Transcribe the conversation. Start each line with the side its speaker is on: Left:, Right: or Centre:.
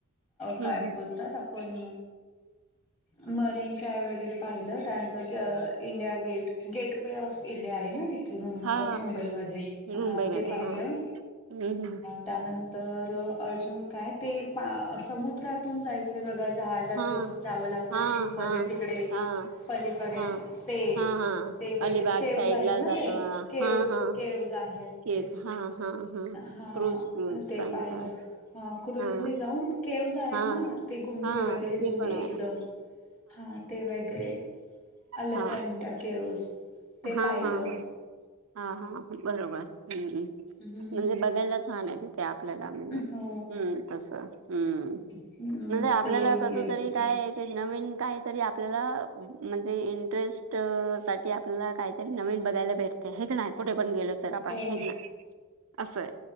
Right: हम्म
Left: काय बोलतात आपण
Right: <inaudible>
Left: मरीन ड्राईव्ह वगैरे पाहिलं त्यानंतर India gate gateway of India आहे ना तिथे. ते मुंब
Right: हा
Left: मुंबईमध्ये
Right: मुंबईमध्ये
Left: हा ते पाहिलं.
Right: हा हम्म हम्म
Left: त्यानंतर अजून काय ते समुद्रात तून जायचंय बघा जहाजात
Right: हा
Left: बसून जावं लागतं
Right: हा
Left: शिप
Right: हा
Left: मध्ये तिकडे.
Right: हा
Left: पलीकडे
Right: हा
Left: ते
Right: हा हा
Left: ते वगैरे
Right: अलिबाग
Left: केवज
Right: साईड
Left: आहेत
Right: ला
Left: ना
Right: जातो
Left: ते केवज
Right: हा हा
Left: केवज आहेत.
Right: केच
Left: ते
Right: हा हा
Left: हा
Right: क्रूज क्रूज
Left: ते
Right: सांगता
Left: पाहिलं ह. क्रुझ
Right: हा
Left: ने जाऊन केव्हस आहेत
Right: हा
Left: ना ते गुंठे
Right: हा
Left: वगैरे
Right: ते
Left: जुने
Right: पण आहे
Left: एकदम हा ते वगैरे अलिफंट
Right: हा
Left: केवज ते
Right: हा
Left: पाहिलं.
Right: हा ह हा हा बरोबर् म्हणजे
Left: हम्म
Right: बघायला छान आहे ते. ते आपल्याला म्हणजे हम्म
Left: हो
Right: तस हम्म.
Left: हम्म
Right: म्हणजे आपल्याला
Left: ते येऊन
Right: कसं
Left: गेलं
Right: तरी
Left: तिथे
Right: काय ते नवीन काहीतरी आपल्याला म्हणजे इंटरेस्ट साठी आ पल्याला नवीन काहीतरी बघायला भेटतं हाय का नाय, कुठे पण गेलो तरी आपण हाय
Left: हो
Right: का ना? असं हाय,